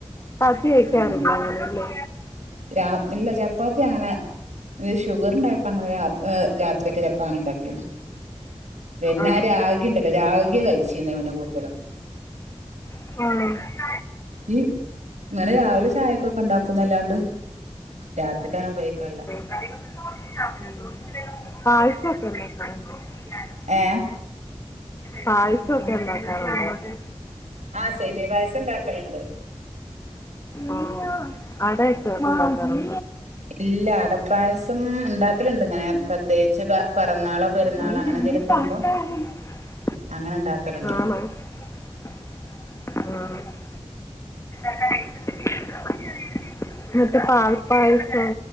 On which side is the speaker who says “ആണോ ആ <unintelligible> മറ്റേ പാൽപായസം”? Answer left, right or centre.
Left